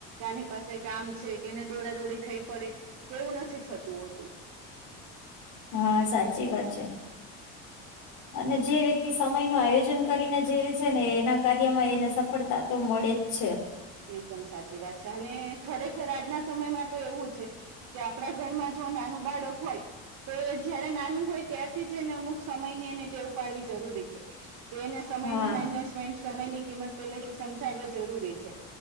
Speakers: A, on the right; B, on the left.
A: આની પાસે કામ છે કેને દોડાદોડી થઈ પડે કેવું નથી થતું હોતું.
B: હા સાચી વાત છે. અને જે વ્યક્તિ સમય નું આયોજન કરીને જીવે છે ને એના કાર્યમાં એને સફળતા તો મળે જ છે.
A: એકદમ સાચી વાત છે અને ખરેખર આજના સમયમાં તો એવું છે કે આપણા ઘરમાં જો નાનું બાળક હોય તો એ જયારે નાનું હોય ત્યારથી જ એને અમુક સમય ની એને ટેવ પાડવી જરૂરી છે. કે એને સમયનું
B: હા
A: મેનેજમેન્ટ સમયની કિંમત પેલેથી સમજાવવા જરૂરી છે.